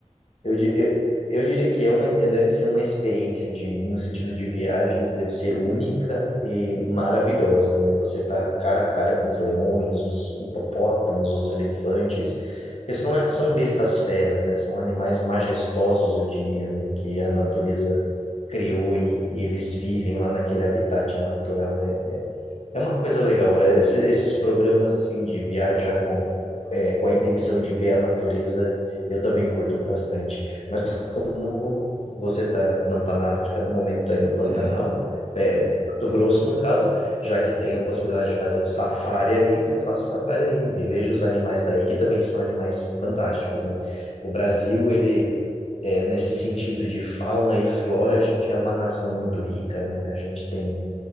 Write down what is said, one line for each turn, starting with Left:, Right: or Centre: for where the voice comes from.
Left: Eu, di- eu, eu diria que é uma, é- deve ser uma experiência de, no sentido de viagem que deve ser única e maravilhosa, né? Você tá cara a cara com os leões, os hipopótamos, os elefantes, que são, são bestas feras, né? São animais majestosos, eu diria, né? Que
Right: Sim,
Left: a natureza
Right: sim.
Left: criou e, e eles vivem lá naquele habitat natural. é, É uma coisa legal, é, esse- esses programas assim de viajar com, é, com a intenção de ver a natureza, eu também curto bastante. Mas como você tá, não está na África no momento, está aí no Pantanal,
Right: <laughs>
Left: é, Mato Grosso no caso, já que tem a possibilidade de fazer o safari aí, então eu faço o safari aí, ve- vejo os animais daí, que também são animais fantásticos, né? O Brasil, ele... É, nesse sentido de fauna e flora, a gente é uma nação muito rica, né? A gente tem